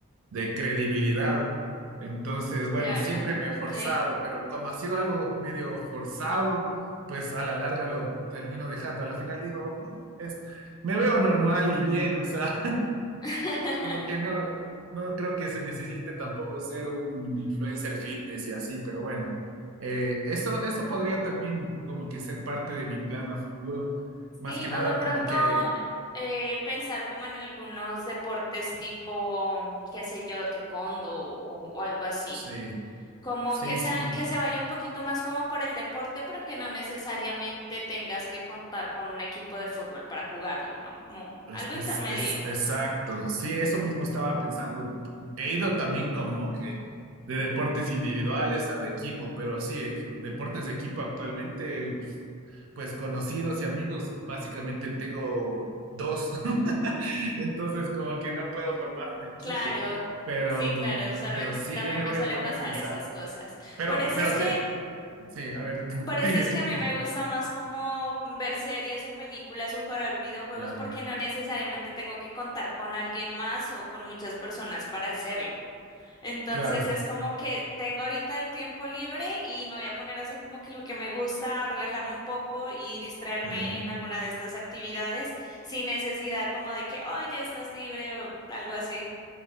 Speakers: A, on the right (about 70°); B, on the left (about 20°).
A: de credibilidad. Entonces, bueno,
B: Claro,
A: siempre me
B: ok.
A: he forzado, pero como ha sido algo medio forzado, pues a la larga lo termino dejando. A la final digo, "Mm, es, me veo normal y bien, o sea,
B: <laughs>
A: como que no, no creo que se necesite tampoco ser un influencer fitness y así, pero bueno, eh, eso, eso podría también como que ser parte de mi plan a futuro. Más
B: Sí,
A: que nada,
B: o de pronto
A: como que
B: eh, pensar como en algunos deportes tipo, qué sé yo, taekwondo o, o algo así.
A: sí,
B: Como
A: sí,
B: que sea,
A: sí.
B: que se vaya un poquito más como por el deporte, pero que no necesariamente tengas que contar con un equipo de fútbol para jugarlo, ¿no? Como
A: Es,
B: algo intermedio.
A: es, es exacto. Sí, eso mismo estaba pensando. He ido también como que de deportes individuales a de equipo, pero sí, equ- deportes de equipo actualmente, pues conocidos y amigos, básicamente tengo dos. <laughs> Entonces, como que no puedo formar un equipo,
B: Claro,
A: pero,
B: sí, claro, suele-
A: pero sí,
B: también
A: ya me
B: me
A: voy
B: suele
A: a poner
B: pasar
A: a pensar.
B: esas cosas.
A: Pero,
B: Por eso
A: pero
B: es que
A: te, sí, a ver, <laughs>
B: Por eso
A: dime,
B: es
A: dime,
B: que a mí
A: dime.
B: me gusta más como ver series o películas o jugar videojuegos
A: Ya,
B: porque no necesariamente tengo que contar con alguien más o con muchas personas para hacerlo. Entonces
A: claro,
B: es como que tengo ahorita el tiempo libre y me voy a poner a hacer como que lo que me gusta, relajarme un poco y distraerme
A: ya.
B: en alguna de estas actividades sin necesidad como de que, oh, ya estás libre o algo así.